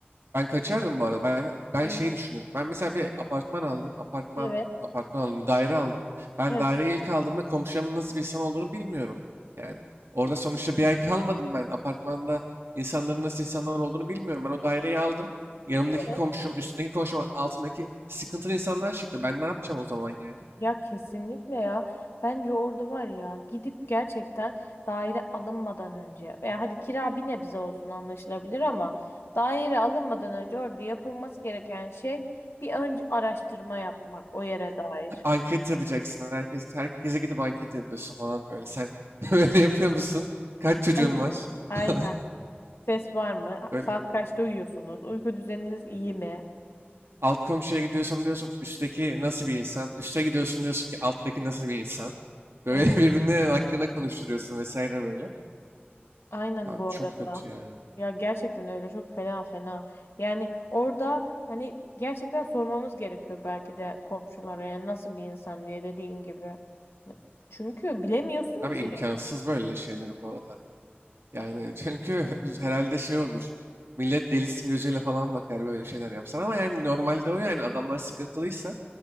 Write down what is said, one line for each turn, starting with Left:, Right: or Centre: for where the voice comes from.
Right: Ben kaçardım bu arada. Ben ben
Left: Evet.
Right: şey düşünüyorum. Ben mesela bir apartman aldım. Apartman
Left: Evet.
Right: apartman aldım. Daire aldım. Ben
Left: Evet.
Right: daireyi ilk aldığımda komşumun nasıl bir insan olduğunu bilmiyorum. Yani orada sonuçta bir ay kalmadım ben. Apartmanda insanların nasıl insanlar olduğunu bilmiyorum. Ben o daireyi aldım. Yanımdaki
Left: Evet.
Right: komşum, üstündeki komşum, altındaki sıkıntılı insanlar çıktı. Ben ne yapacağım o zaman yani?
Left: Ya kesinlikle ya. Bence orada var ya gidip gerçekten daire alınmadan önce veya hadi kira bir nebze olsun anlaşılabilir ama daire alınmadan önce orada yapılması gereken şey bir önce araştırma yapmak o yere dair.
Right: Anket yapacaksın. Herkes, herkese gidip anket yapıyorsun falan böyle. Sen <laughs> böyle yapıyor musun? Kaç çocuğun
Left: Ay-
Right: var?
Left: Aynen.
Right: <laughs>
Left: Ses var mı?
Right: Böyle.
Left: Saat kaçta uyuyorsunuz? Uyku düzeniniz iyi mi?
Right: Alt komşuya gidiyorsun diyorsun üstteki nasıl bir insan? Üste gidiyorsun diyorsun ki alttaki nasıl bir insan? Böyle
Left: Evet.
Right: <laughs> birbirine hakkında konuşturuyorsun vesaire böyle.
Left: Aynen
Right: Abi
Left: bu
Right: çok
Left: arada.
Right: kötü ya.
Left: Ya gerçekten öyle çok fena fena. Yani orada hani gerçekten sormamız gerekiyor belki de komşulara yani nasıl bir insan diye dediğin gibi. Çünkü bilemiyorsun
Right: Abi
Left: ki
Right: imkansız böyle şeyler bu arada. Yani çünkü <laughs> herhalde şey olur. Millet delisin gözüyle falan bakar böyle şeyler yapsan ama yani normalde o yani adamlar sıkıntılıysa